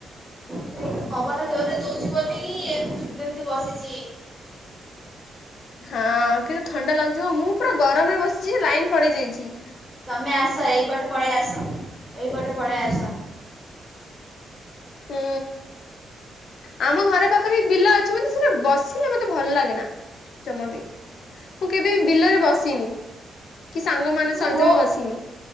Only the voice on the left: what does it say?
ହଁ କିନ୍ତୁ ଥଣ୍ଡା ଲାଗୁଥିବ। ମୁଁ ପୁରା ଗରମରେ ବସିଚି। ଲାଇନ୍ ପଳେଇ ଯାଇଚି।
ହୁଁ। ଆମ ଘର ପାଖରେ ବିଲ ଅଛି। ମତେ ସେଟା ବସିଲେ, ମତେ ଭଲ ଲାଗେନା। ମୁଁ କେବେ ବି ବିଲରେ ବସିନି? କି ସାଙ୍ଗମାନେ
ସହିତ ବି ବସିନି?